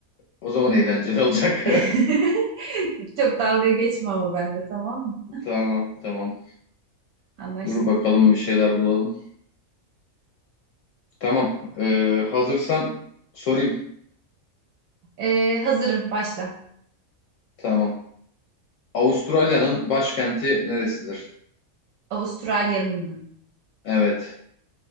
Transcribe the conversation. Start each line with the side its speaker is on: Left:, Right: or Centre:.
Left: O zaman eğlenceli olacak.
Right: <laughs> Çok dalga geçme ama benimle, tamam mı?
Left: <laughs> Tamam tamam.
Right: Anlaştık.
Left: Dur bakalım bir şeyler bulalım. Tamam. Ee, hazırsan sorayım.
Right: Ee, hazırım, başla.
Left: Tamam. Avustralya'nın başkenti neresidir?
Right: Avustralya'nın mı?
Left: Evet.